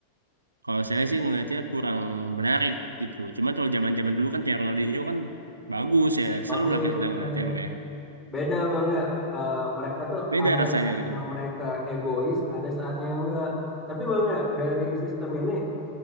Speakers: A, on the right; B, in the centre.
A: Kalau saya sih ngelihatnya kurang menarik gitu. Cuman kalau zaman-zaman dulu kan kayak Ronaldinho kan bagus ya,
B: Bagus.
A: seru lah kita ngeliatnya
B: Iya.
A: bang ya.
B: Beda Bang ya. Eh, mereka tuh
A: Beda
B: ada
A: rasanya
B: saatnya
A: gitu bang.
B: mereka egois, ada saatnya enggak. Tapi Bang ya, dari sistem ini